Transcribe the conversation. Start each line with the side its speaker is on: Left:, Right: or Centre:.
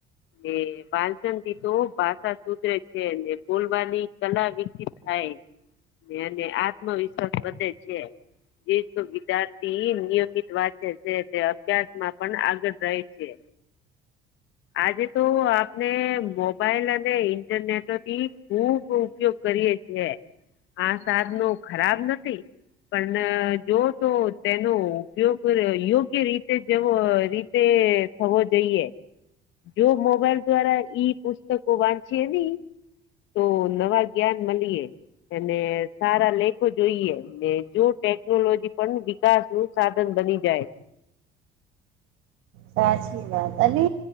Left: એ વાચન <unintelligible> તો ભાષા સુધરે છે એલે બોલવાની કલા વિકસિત થાય. અને આત્મવિશ્વાસ વધે છે. જે વિદ્યાર્થી નિયમિત વાંચે છે તે અભ્યાસમાં પણ આગળ રહે છે. આજે તો આપને મો મોબાઈલ અને ઇન્ટરનેટથી ખુબ ઉપયોગ કરીએ છેએ, આ સાધનો ખરાબ નથી. પણ જો તો તેનો ઉપયોગ યોગ્ય રીતે જેવો તે થવો જોઈએ જો મોબાઈલ દ્વારા ઈ પુસ્ત પુસ્તકો વાંચીએ નહી તો નવા જ્ઞાન મળીએ. અને સારા લેખો જોઈએ ને જો ટેકનોલોજી પણ વિકાસ નું સાધન બની જાય,
Right: સાચી વાત અને